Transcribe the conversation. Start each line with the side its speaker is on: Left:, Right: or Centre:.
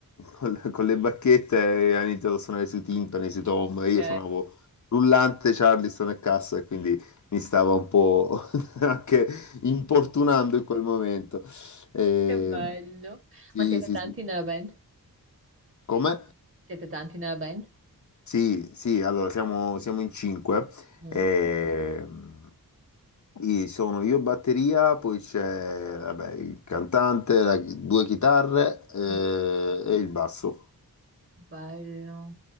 Left: con, con le bacchette e ha iniziato a suonare sui timpani, sui tom,
Right: ok,
Left: e io suonavo rullante, Charleston e cassa e quindi mi stava un po' <laughs> anche importunando in quel momento. Eh,
Right: che bello.
Left: sì,
Right: Ma siete
Left: sì,
Right: tanti
Left: sì.
Right: nella band?
Left: Come?
Right: Siete tanti nella band?
Left: Sì, sì, allora siamo, siamo in cinque.
Right: Mm?
Left: Ehm, i- sono io batteria, poi c'è vabbè, il cantante, la- due chitarre eh,
Right: Mm,
Left: e il basso.
Right: Bello.